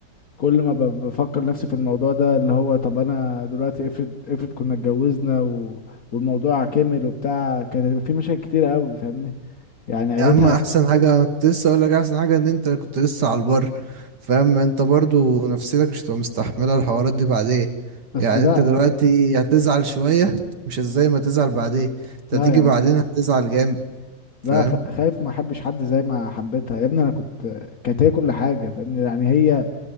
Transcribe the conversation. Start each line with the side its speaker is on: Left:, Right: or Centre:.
Left: كل ما ب- بفكر نفسي في الموضوع ده اللي هو طب انا دلوقتي افرض افرض كنا اتجوزنا و... والموضوع كمل وبتاع كانت هتبقى في مشاكل كتيرة قوي فاهمني يعني عيلتها
Right: يا عم احسن حاجة انا كنت لسه اقول لك احسن حاجة ان انت كنت لسه على البر فاهم انت برضو نفسيتك مش هتبقى مستحملة الحوارات دي بعدين
Left: بس
Right: يعني
Left: لا
Right: انت دلوقتي
Left: لا
Right: هتزعل شوية مش زي ما تزعل بعدين انت
Left: لا
Right: هتيجي
Left: يا عم
Right: بعدين هتزعل جامد فاهم
Left: لا خ... خايف ما احبش حد زي ما حبيتها يا ابني انا كنت كانت هي كل حاجة فاهمني يعني هي